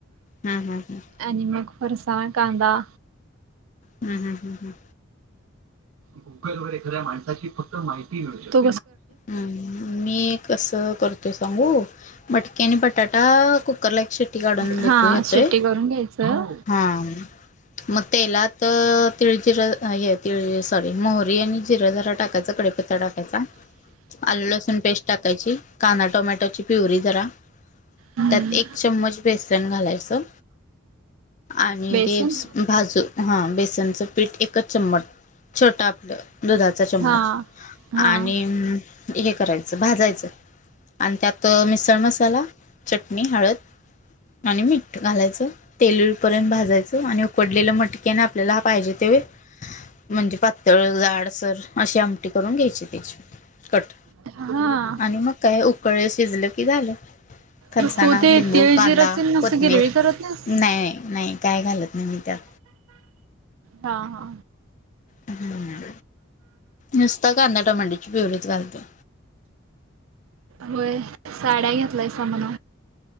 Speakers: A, on the left (about 35°); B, on the right (about 85°).
A: हम् हम् हम्.
B: आणि मग फरसाण कांदा
A: हम्म हम्म हम्म.
B: गुगलवर एखाद्या माणसाची फक्त माहिती घेऊ शकता.
A: हम्म मी कसं करतोय सांगू मटकी आणि बटाटा कुकरला एक शिट्टी काढून देतोय
B: हा
A: घेतोय
B: शिट्टी करून घ्यायचं.
A: हा मग तेलात तिळजिर हे तिळजिर सॉरी मोहरी आणि जिर जरा टाक कच्चा कडीपत्ता टाकायचा आल्ल-लसूण पेस्ट टाकायची कांदा टोमॅटोची प्युरी जरा
B: हम्म
A: त्यात एक चम्मच बेसन घालायचं आणि
B: बेसन
A: ते भाजू हा बेसनचं पीठ एकच चम्मच छोटं आपलं दुधाचा चम्मच
B: हा हा
A: आणि अम हे करायचं भाजायचं आणि त्यात मिसळ मसाला, चटणी, हळद हे आणि मीठ घालायचं तेल येऊ पर्यंत भाजायचं आणि उकडलेलं मटकी आणि आपल्याला पाहिजे ते म्हणजे पातळ जाडसर अशी आमटी करून घ्यायची त्याची कट
B: हा
A: आणि मग काय उकळे शिजलं की झालं फरसाणा,
B: मग तू ते
A: लिंबू,
B: तीळ
A: कांदा,
B: जिराची नुसती
A: कोथिंबीर
B: गिरवी करत नाहीस.
A: नाही नाही नाही काय घालत नाही मी त्यात
B: हा हा
A: हम्म नुसता कांदा टॉमॅटोची प्युरीच घालतोय
B: व्हय साड्या घेतलाईसा म्हण